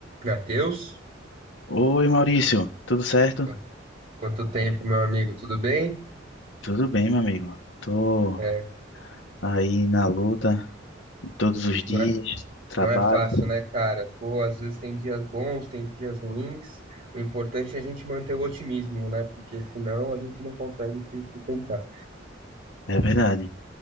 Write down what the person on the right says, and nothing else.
Matheus,
quan- quanto tempo, meu amigo, tudo bem?
É,
não é,
não é fácil, né, cara? Pô, às vezes tem dias bons, tem dias ruins. O importante é a gente manter o otimismo, né? Porque senão a gente não consegue se sustentar.